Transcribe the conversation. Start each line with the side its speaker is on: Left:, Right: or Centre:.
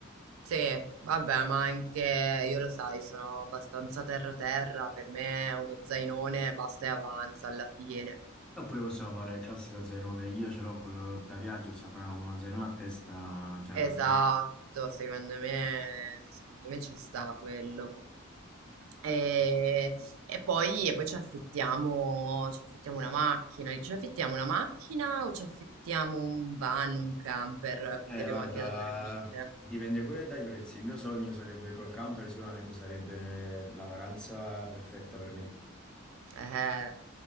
Right: Sì, vabbè, ma anche io lo sai, sono abbastanza terra-terra, per me uno zainone basta e avanza alla fine.
Centre: Oppure possiamo fare il classico zainone, io ce l'ho quello da viaggio, se fai uno zainone a testa ci arrangiamo.
Right: Esatto, secondo me, secondo me ci sta quello. E, e poi, e poi ci affittiamo, ci affittiamo una macchina, ci affittiamo una macchina o ci affittiamo un van, un camper,
Centre: Eh,
Right: così abbiamo
Centre: guarda,
Right: anche da dormire.
Centre: dipende pure dai prezzi. Il mio sogno sarebbe col camper, sicuramente sarebbe la vacanza perfetta per me.
Right: Eh,